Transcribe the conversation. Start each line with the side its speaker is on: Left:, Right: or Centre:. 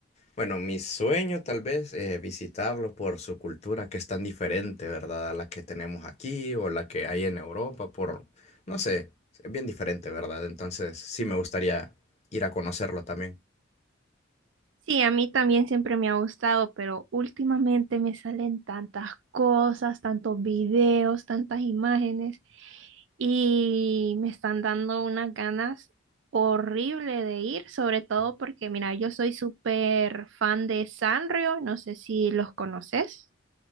Left: Bueno, mi sueño tal vez es visitarlos por su cultura que es tan diferente, ¿verdad? A la que tenemos aquí o la que hay en Europa, por, no sé, es bien diferente, ¿verdad? Entonces sí me gustaría ir a conocerlo también.
Right: Sí, a mí también siempre me ha gustado, pero últimamente me salen tantas cosas, tantos videos, tantas imágenes y me están dando unas ganas horrible de ir, sobre todo porque, mira, yo soy súper fan de Sanrio, no sé si los conoces.